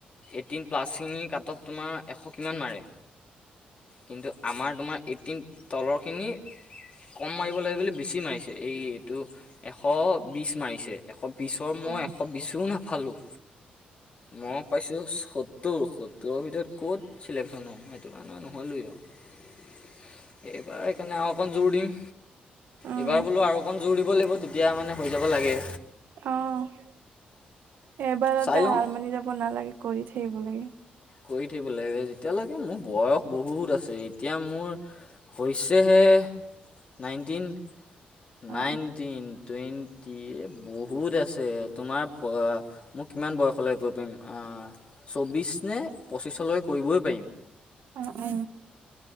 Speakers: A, on the left; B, on the right.
A: এইটিন প্লাছখিনি কাট অফ তোমাৰ এশ কিমান মাৰে। কিন্তু আমাৰ তোমাৰ এইটিন তলৰখিনি ক'ম মাৰিব লাগে বুলি বেছি মাৰিছে, এই এইটো এশ বিছ মাৰিছে। এশ বিছৰ মই
B: অ
A: এশ বিছো নেপালোঁ। মই পাইছোঁচ সত্তৰ, সত্তৰৰ ভিতৰত ক'ত চিলেকশ্যন হ'ম সেইটো কাৰণে নহ'লোৱেই আৰু। এইবাৰ সেইকাৰণে আৰু অকণ জোৰ দিম।
B: উম
A: এইবাৰ বোলো আৰু অকণ জোৰ দিব লাগিব, তেতিয়া মানে হৈ যাব লাগে।
B: অ', এবাৰতে
A: চাই লওঁ
B: হাৰ মানি যাব নালাগে, কৰি থাকিব লাগে।
A: কৰি থাকিব লাগে। যেতিয়ালৈকে মোৰ বয়স বহুত আছে। এতিয়া মোৰ হৈছেহে, নাইনটিন।
B: অ
A: নাইনটিন,
B: অ
A: টুৱেণ্টি এ বহুত আছে। তোমাৰ বয় অ' মই কিমান বয়সলৈ কৰিব পাৰিম? চৌববিছ নে পঁচিছলৈ কৰিবই পাৰিম।
B: অ', অ'।